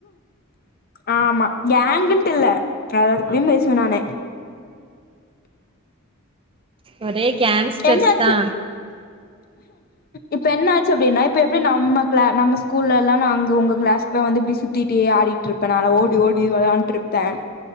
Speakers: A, on the left; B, on the right.
A: ஆமா கேங்ன்ட்டு இல்ல எல்லாருகூடையும் பேசுவே நானு
B: ஒரே கேங்ஸ்டர்ஸ்
A: என்னாச்சு
B: தா
A: இப்ப என்ன ஆச்சு அப்டின்னா இப்ப எப்டி நம்ம கிளா நம்ம ஸ்கூல்லல்லா நா அங்க உங்க கிளாஸ்குள்ள வந்து எப்டி சுத் தித்திட்டே ஆடிட்டு இருப்பே நா ஓடி ஓடி வெளாண்ட்டு இருப்பே